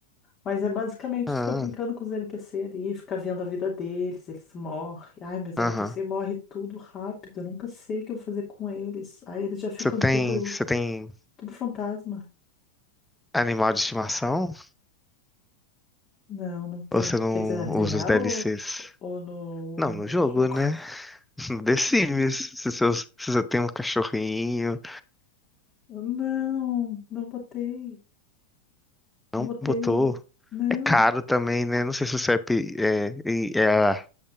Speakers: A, on the left (about 30°); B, in the centre.
A: Mas é basicamente
B: Ah,
A: tu fica brincando com os NPC ali, fica vendo a vida deles, eles morrem. Ai, meus
B: aham.
A: NPC morrem tudo rápido. Eu nunca sei o que eu vou fazer com eles. Aí eles já ficam
B: Você tem,
A: tudo,
B: você tem
A: tudo fantasma.
B: animal de estimação?
A: Não, não tem.
B: Ou você não
A: Quer dizer, na vida
B: usa
A: real
B: os DLCs?
A: ou, ou no,
B: Não, no jogo,
A: no jogo?
B: né?
A: <laughs>
B: <laughs> No The Sims. Se seu- se você tem um cachorrinho,
A: Não, não botei. Não
B: não
A: botei
B: botou.
A: ainda. Não.
B: É caro também, né? Não sei se o CEP é, e- é.